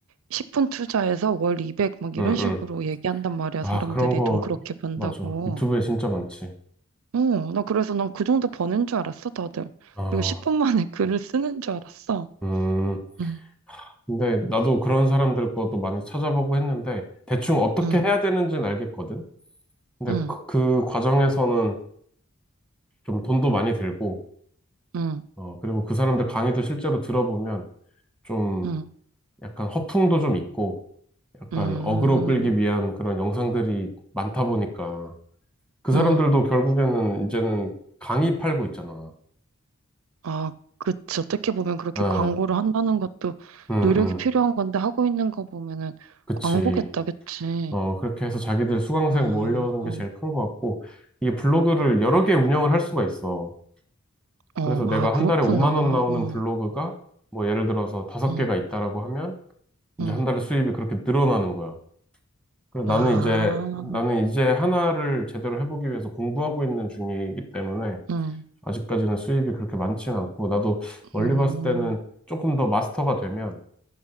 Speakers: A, on the right (about 70°); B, in the centre.
A: 10분 투자해서 월 200 막
B: 응,
A: 이런 식으로
B: 응.
A: 얘기한단 말이야.
B: 아,
A: 사람들이
B: 그런 거
A: 돈 그렇게 번다고.
B: 맞아. 유튜브에 진짜 많지.
A: 어, 나 그래서 난 그 정도 버는 줄 알았어, 다들.
B: 어,
A: 그리고 10분 만에 <laughs> 글을 쓰는 줄 알았어.
B: 음.
A: 응,
B: 근데 나도 그런 사람들 것도 많이 찾아보고 했는데 대충 어떻게
A: 응,
B: 해야 되는지는 알겠거든. 근데
A: 응,
B: 그, 그 과정에서는 좀 돈도 많이 들고,
A: 응,
B: 어, 그리고 그 사람들 강의도 실제로 들어보면 좀
A: 응,
B: 약간 허풍도 좀 있고. 약간
A: 응,
B: 어그로 끌기 위한 그런 영상들이 많다 보니까 그 사람들도
A: 응.
B: 결국에는 이제는 강의 팔고 있잖아.
A: 아, 그치. 어떻게 보면 그렇게
B: 어,
A: 광고를 한다는 것도
B: 음,
A: 노력이 필요한
B: 음,
A: 건데 하고 있는 거 보면은
B: 그치.
A: 광고겠다, 그치?
B: 어, 그렇게 해서 자기들 수강생
A: 아,
B: 모으려는
A: 어,
B: 게 제일 큰 것 같고, 이게 블로그를 여러 개 운영을 할 수가 있어.
A: 어.
B: 그래서 내가
A: 아, 그렇구나.
B: 한 달에 5만 원 나오는
A: 어.
B: 블로그가 뭐 예를 들어서 다섯
A: 응,
B: 개가 있다라고 하면
A: 응.
B: 이제 한 달에 수입이 그렇게 늘어나는 거야. 그래서
A: 아,
B: 나는 이제, 나는 이제 하나를 제대로 해보기 위해서 공부하고 있는 중이기 때문에
A: 응,
B: 아직까지는 수입이 그렇게 많지는 않고, 나도 멀리
A: 음,
B: 봤을 때는 조금 더 마스터가 되면,